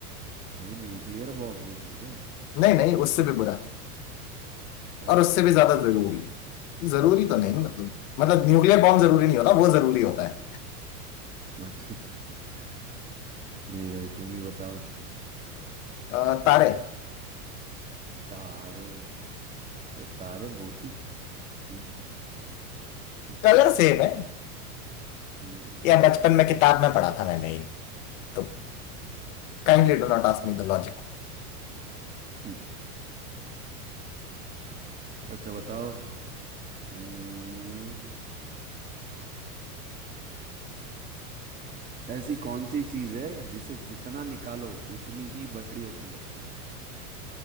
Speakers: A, on the right; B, on the left.
A: भाई न्यूक्लियर बॉम्ब भी में क्या
B: नहीं नहीं उससे भी बुरा
A: है
B: और उससे भी ज्यादा जरूरी जरूरी तो नहीं मतलब मतलब न्यूक्लियर बॉम्ब जरूरी नहीं होता वो जरूरी होता है
A: अच्छा <laughs> नहीं भाई तुम ही बताओ
B: अ, तारे
A: तारे अबे तारे मोती अच्छा ठीक है <laughs>
B: कलर सेम है
A: हम्म,
B: या बचपन में किताब में पढ़ा था मैंने ये तो kindly do not ask me the logic
A: हम्म। अच्छा बताओ हम्म, ऐसी कौन सी चीज है जिसे जितना निकालो उतनी ही बड़ी होती जाती है